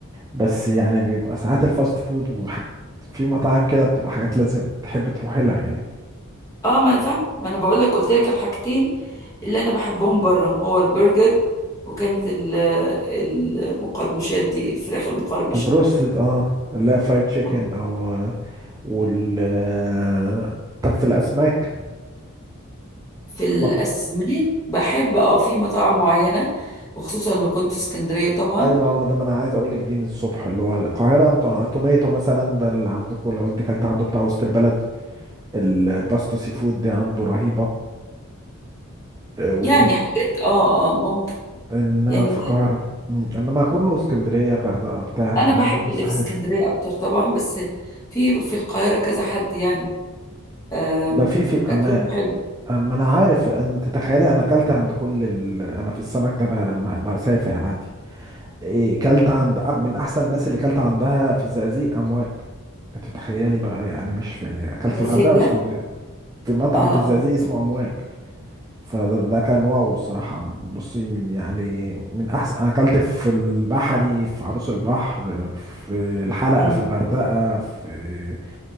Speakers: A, on the right; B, on the left.
A: بس يعني بيبقى ساعات الفاست فود وحاجات في مطاعم كده بتبقى حاجات لازم تحب تروحي لها يعني
B: اه ما انا فاهم ما انا بقول لك قلت لك الحاجتين اللي انا بحبهم بره هو البرجر وكانت ال- المقرمشات دي الفراخ المقرمشه
A: بروستد اه لا فرايد تشيكن
B: آه.
A: او آه، وال آه، طب في الاسماك
B: في الاسماك
A: مط...
B: بحب اه في مطاعم معينه وخصوصا لو كنت في اسكندريه طبعا
A: ايوه هو ده ما انا عايز اقول لك دي من الصبح اللي هو القاهره انتوا ع- توميتو مثلا ده اللي عندكم لو انت كلت عنده بتاع وسط البلد الباستا سي فود دي عنده رهيبه آه، و...
B: يعني حاجات اه اه ممكن
A: انما
B: يعني
A: في القاهره مم، انما كله اسكندريه غردقه بتاع
B: انا
A: كلام
B: بحب
A: برضه
B: اللي
A: سهل
B: في اسكندريه اكتر طبعا بس في في القاهره كذا حد يعني آم،
A: ده في في
B: اكلهم
A: انا
B: حلو
A: انا ما انا عارف انت تخيلي انا اكلت عند كل ال... انا في السمك ده ب... ب- بسافر عادي إيه كلت عند أح- من احسن الناس اللي كلت عندها في الزقازيق امواج انت تخيلي بقى يعني مش في اكلت في
B: ياسين
A: الغردقه
B: ده
A: واسكندريه في مطعم
B: اه آه.
A: في الزقازيق اسمه امواج فده ده كان واو الصراحه بصي من يعني من احسن انا اكلت في البحري في عروس البحر في الحلقه
B: مم.
A: في الغردقه في